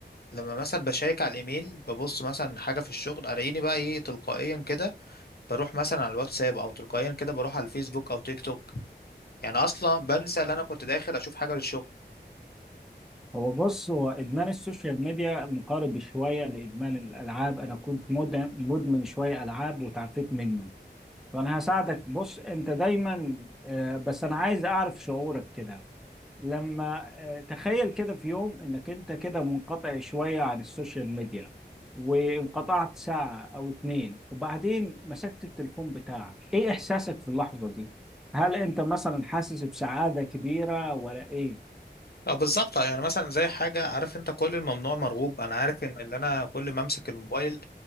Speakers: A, on the left (about 60°); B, in the centre.
A: لما مثلا بشيك على الايميل ببص مثلا حاجه في الشغل الاقيني بقى ايه تلقائيا كده بروح مثلا على الواتساب او تلقائيا كده بروح على الفيسبوك او تيك توك يعني اصلا بنسى ان انا كنت داخل اشوف حاجه للشغل
B: هو بص هو إدمان السوشيال ميديا مقارب شوية لإدمان الألعاب أنا كنت مد- مدمن شوية ألعاب وتعافيت منه فأنا هساعدك بص أنت دايما آه، بس أنا عايز أعرف شعورك كده لما آه، تخيل كده في يوم انك انت كده منقطع شوية عن السوشيال ميديا وانقطعت ساعة او اتنين وبعدين مسكت التليفون بتاعك ايه احساسك في اللحظة دي؟ هل انت مثلا حاسس بسعادة كبيرة ولا ايه؟
A: اه بالظبط آه، يعني مثلا زي حاجه عارف انت كل الممنوع مرغوب انا عارف ان اللي انا كل ما امسك الموبايل